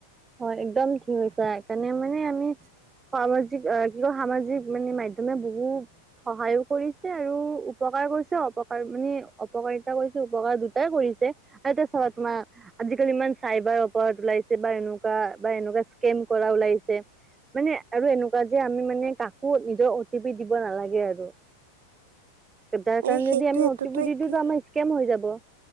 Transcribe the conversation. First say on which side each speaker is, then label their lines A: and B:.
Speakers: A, on the right; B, on the right.
A: হয়, একদম ঠিক কৈছা, সেইকাৰণে মানে আমি খোৱাবছ কি কয়, সামাজিক মানে মাধ্যমে বহুত সহায়ও কৰিছে আৰু উপকাৰ কৰিছে, অপকাৰ মানে অপকাৰিতা কৰিছে, উপকাৰ দুটাই কৰিছে আৰু এতিয়া চাবা তোমাৰ, আজিকালি ইমান চাইবাৰ অপৰাধ ওলাইছে বা এনু বা-বাএনেকুৱা স্কেম কৰা ওলাইছে মানে আৰু এনেকুৱা যে আমি মানে কাকো নিজৰ অ' টি পি দিব নালাগে আৰু। তাৰ কাৰণে
B: এ সেইটোৱেটোতো
A: যদি আমি অ' টি পি দি
B: এতিয়া
A: দিওঁ, ত' আমাৰ স্কেম হৈ যাব।